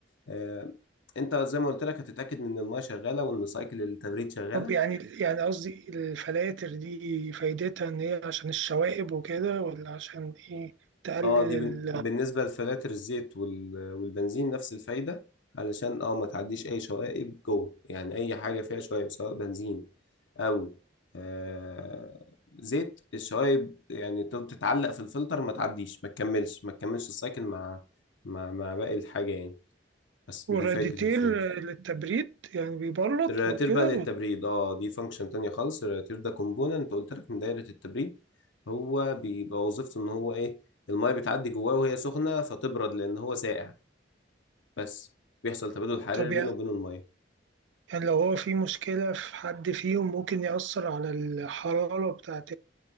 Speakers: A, on the left; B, on the right.
A: آه، انت زي ما قلت لك هتتاكد ان الميه شغاله وان سايكل التبريد شغاله
B: طب يعني يعني قصدي الفلاتر دي فايدتها ان هي عشان الشوائب وكده ولا عشان ايه تقلل
A: اه
B: ال...
A: دي بن... بالنسبة لفلاتر الزيت وال... والبنزين نفس الفايدة علشان اه ما تعديش اي شوائب جوه يعني اي حاجة فيها شوائب سواء بنزين او آه زيت الشوائب يعني تفضل تتعلق في الفلتر ما تعديش ما تكملش ما تكملش السايكل مع مع مع باقي الحاجة يعني بس
B: والراديتير
A: دي فايدة الفلاتر
B: للتبريد يعني بيبرد
A: الرياتير
B: او كده
A: بقى للتبريد
B: ولا-
A: اه دي فانكشن تانية خالص الرياتير ده كومبوننت قلت لك من دايرة التبريد هو بيبقى وظيفته ان هو ايه المية بتعدي جواه وهي سخنة فتبرد لان هو ساقع بس بيحصل تبادل حراري
B: طب
A: بينه
B: يعني
A: وبين المية
B: يعني لو هو في مشكلة في حد فيهم ممكن يأثر على الحرارة بتاعة